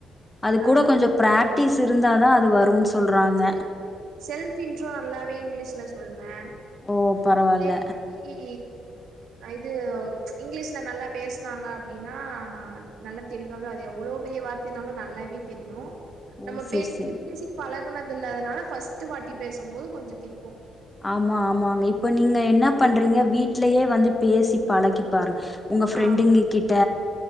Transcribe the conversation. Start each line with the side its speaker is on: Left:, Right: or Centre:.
Left: அதுக்கூட
Right: அ
Left: கொஞ்சப் பிராக்டிஸ் இருந்தாதா அது
Right: ஆ
Left: வருன் சொல்றாங்க
Right: செல் செல்ஃப் இன்ட்ரோ நல்லாவே இங்லீஷ்ல சொல்லுவே
Left: ஓ பரவால்ல
Right: அதே மாரி இ அ இது இங்லீஷ்ல நல்லா பேச்னாங்க அப்டினா நல்லத் தெளிவாவே அது எவ்ளோ பெரிய வார்த்தைனாலு நல்லாவேத் தெரியு
Left: ஓ
Right: நம்ம
Left: சேரி
Right: பேசி
Left: சேரி
Right: பேசி பழகனதுல்லாதனால ஃபர்ஸ்ட்டு வாட்டி பேசும்போது கொஞ்சோ திக்கு
Left: ஆமா ஆமாங்க இப்ப நீங்க என்னப் பண்றீங்க வீட்லயே வந்துப் பேசி பழகிப் பாருங்க உங்க ஃப்ரெண்டுங்க
Right: ஆ
Left: கிட்ட